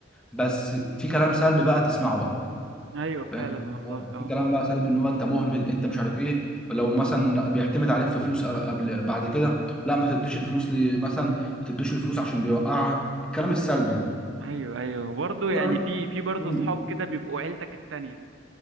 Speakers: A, in the centre; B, on the right.
A: بس في كلام سلبي بقى تسمعه بقى
B: ايوه فعلا
A: فاهم
B: والله
A: اه
B: اه
A: في كلام بقى سلبي ان هو انت مهمل انت مش عارف ايه لو مثلا بيعتمد عليك في فلوس قبل بعد كده لا ما تديش الفلوس ل- مثلا ما تديش الفلوس عشان بيوقعها الكلام السلبي ده
B: ايوه ايوه برضه
A: في قرارات
B: يعني في في برضه
A: مم.
B: صحاب كده بيبقوا عيلتك التانية